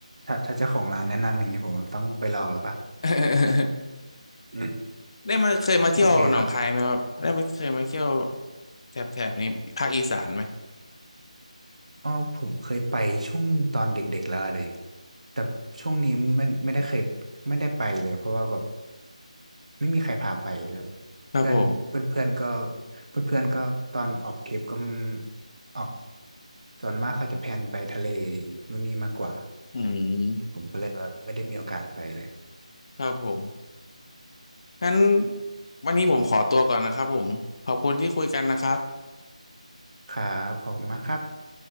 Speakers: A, on the right (about 65°); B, on the left (about 45°).
A: ถ้าถ้าเจ้าของร้านแนะนำอย่างนี้ผมต้องไปลองแล้วปะ
B: <laughs>
A: อืม
B: ได้มาเคยมาเที่ยวหนองคายไหมครับได้มาเคยมาเที่ยว
A: โอเคครับ
B: แถบแถบนี้ภาคอีสานไหม
A: อ๋อผมเคยไปช่วงตอนเด็กๆแล้วเลยแต่ช่วงนี้ไม่ไม่ได้เคยไม่ได้ไปเลยเพราะว่าแบบไม่มีใครพาไปด้วย
B: ครับผม
A: เพื่อนเพื่อนเพื่อนก็เพื่อนเพื่อนก็ตอนออกทริปก็ออกส่วนมากเขาจะแพลนไปทะเลนู่นนี่มากกว่า
B: อืม
A: ผมก็เลยแบบไม่ได้มีโอกาสไปเลย
B: ครับผมงั้นวันนี้ผมขอตัวก่อนนะครับผมขอบคุณที่คุยกันนะครับ
A: ครับขอบคุณมากครับ